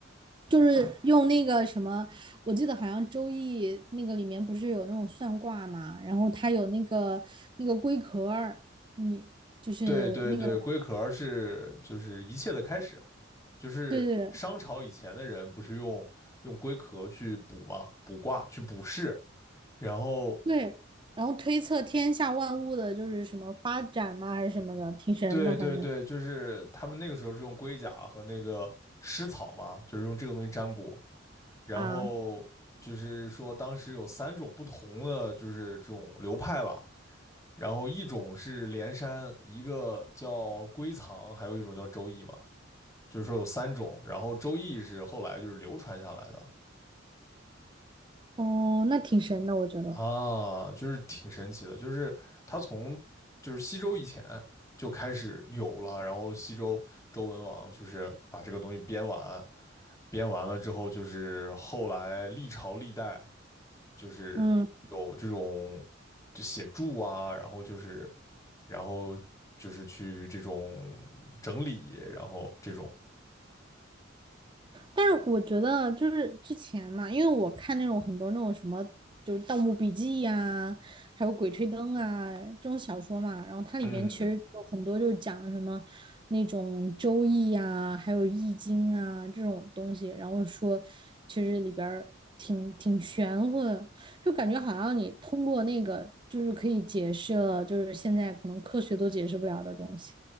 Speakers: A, on the right; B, on the left.
A: 就是用那个什么，我记得好像周易那个里面不是有那种算卦嘛，然后它有那个那个龟壳儿，你就是那个
B: 对对对，龟壳是就是一切的开始，就是商朝以前的人不是用用龟壳去卜嘛，
A: 对对对，
B: 卜卦去卜筮，然后
A: 对，然后推测天下万物的就是什么发展嘛，还是什么的，挺神的，
B: 对对对，
A: 反正
B: 就是他们那个时候是用龟甲和那个尸草嘛，就是用这个东西占卜，然后就是说当时有三种不同的就是这种流派吧，
A: 啊，
B: 然后一种是连山，一个叫龟藏，还有一种叫周易嘛，就是说有三种，然后周易是后来就是流传下来的，
A: 哦，那挺神的，我觉得，
B: 啊，就是挺神奇的，就是他从就是西周以前就开始有了，然后西周周文王就是把这个东西编完，编完了之后，就是后来历朝历代就是有这种
A: 嗯，
B: 就写注啊，然后就是然后就是去这种整理，然后这种
A: 但是我觉得就是之前嘛，因为我看那种很多那种什么，就是《盗墓笔记》呀，还有《鬼吹灯》啊这种小说嘛，然后它里边其实有很多就是讲什么那种《周易》呀，
B: 嗯，
A: 还有《易经》啊这种东西，然后说其实里边儿挺挺玄乎的，就感觉好像你通过那个就是可以解释了，就是现在可能科学都解释不了的东西。